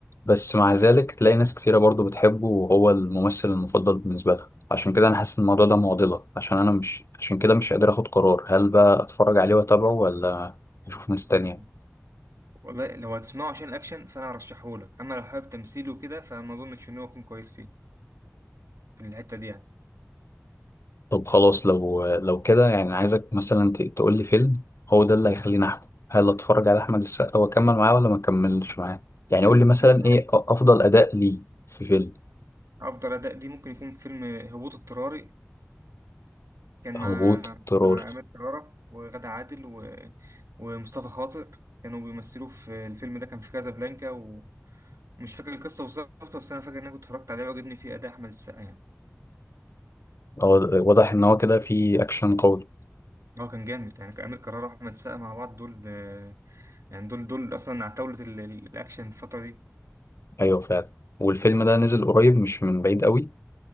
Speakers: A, on the left (about 60°); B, on the right (about 75°).
A: بس مع ذلك تلاقي ناس كتيرة برضو بتحبه وهو الممثل المفضل بالنسبة لها عشان كده أنا حاسس إن الموضوع ده معضلة عشان أنا مش عشان كده مش قادر آخد قرار هل بقى أتفرج عليه وأتابعه ولا أشوف ناس تانية
B: مم. والله لو هتسمعه عشان الاكشن فانا ارشحهولك اما لو حابب تمثيله وكده فما اظنش ان هو يكون كويس فيه في الحته دي يعني
A: طب خلاص لو لو كده يعني أنا عايزك مثلا ت- تقولي فيلم هو ده اللي هيخليني أحكم هل أتفرج على أحمد السقا وأكمل معاه ولا ما أكملش معاه يعني قولي
B: ممكن
A: مثلا
B: ممكن
A: إيه أ- أفضل أداء ليه في فيلم
B: أفضل أداء ليه ممكن يكون فيلم هبوط اضطراري كان مع
A: هبوط اضطراري
B: مع أمير كرارة وغادة عادل و... ومصطفى خاطر كانوا بيمثلوا في الفيلم ده كان في كازابلانكا ومش فاكر القصة بالظبط بس أنا فاكر إن أنا كنت اتفرجت عليه وعجبني فيه أداء أحمد السقا يعني
A: أه، واضح إن هو كده فيه أكشن قوي
B: هو كان جامد يعني أمير كرارة وأحمد السقا مع بعض دول آه، يعني دول دول أصلا عتاولة ال- ال- الأكشن الفترة دي
A: أيوه فعلا والفيلم ده نزل قريب مش من بعيد قوي